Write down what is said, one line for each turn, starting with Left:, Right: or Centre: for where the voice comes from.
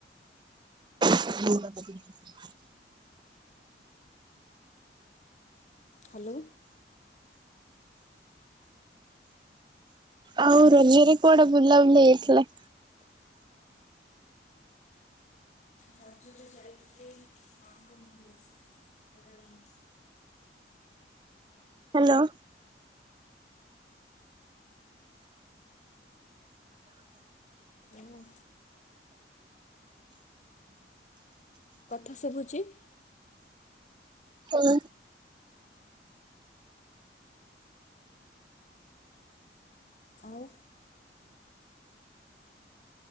Right: <unintelligible>
Left: ହାଲୋ।
Right: ଆଉ ରଜରେ କୁଆଡ଼େ ବୁଲାବୁଲି ହେଇଥିଲା?
Left: ରଜରେ ଯାଇଥିଲେ ମାଙ୍କ ମନ୍ଦିର। ସାରଳା ମାଁ।
Right: ହାଲୋ।
Left: ଓ କଥା ଶୁଭୁଚି।
Right: ହଁ
Left: ଆଉ